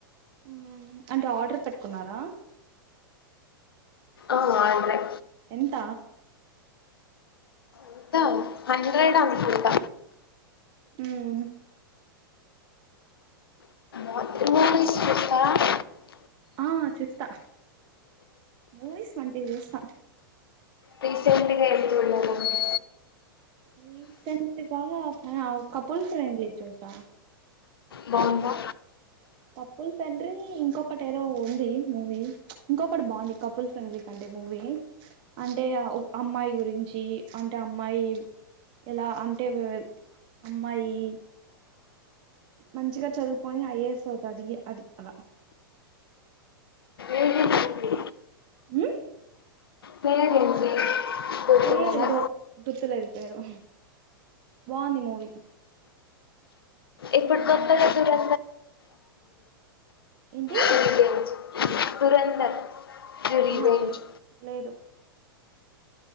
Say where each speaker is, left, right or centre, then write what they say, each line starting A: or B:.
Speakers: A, on the right; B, on the left.
A: హ్మ్మ్ అంటే ఆర్డర్ పెట్టుకున్నారా
B: ఆ ఆర్డర్ యే
A: ఎంత
B: అంతా హండ్రెడ్ అనుకొంట
A: ఉమ్
B: మ త మూ వసుస్త <unintelligible>
A: ఆ చూస్తా మూవిస్ వంటివి చూస్త
B: రీసెంట్గ ఎలతుండే ఆడికి
A: రీసెంట్ గా కపుల్ ఫ్రెండ్లీ చూసా
B: బావుందా
A: కపుల్ ఫ్రెండ్రీ ఇంకొకటి ఏదో ఉంది మూవీ ఇంకొకటి బాగుంది కపుల్ ఫ్రెండ్లీ కంటే మూవీ అంటే అమ్మాయి గురించి అంటే అమ్మాయి ఎలా అంటే అమ్మాయి మంచిగా చదువుకొని ఐఏస్ అవుతా అది అది అలా
B: ఏది మూవీ
A: ఊ
B: పేరేంటి గుర్తున్నదా
A: పేరు ఏదో గుర్తులేదు పేరు బాగుంది మూవీ
B: ఇప్పుడు కొత్త కొత్తగేదో
A: ఏంటి
B: ది రివెంజ్ దురంధర్ ది రివెంజ్
A: ఆహ లేదు లేదు